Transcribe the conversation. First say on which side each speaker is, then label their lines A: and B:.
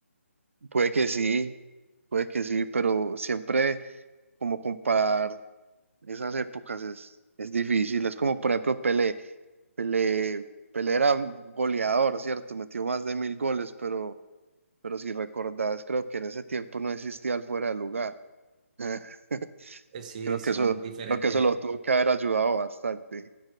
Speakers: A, on the right (about 65°); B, on the right (about 30°).
A: puede que sí, puede que sí, pero siempre como comparar esas épocas es, es difícil. Es como, por ejemplo, Pelé. Pelé, Pelé era un goleador, ¿cierto? Metió más de mil goles, pero, pero si recordás, creo que en ese tiempo no existía el fuera de lugar. <laughs>
B: Eh, sí,
A: Creo
B: son
A: que eso,
B: diferentes
A: creo que eso
B: épocas,
A: lo tuvo que haber ayudado bastante.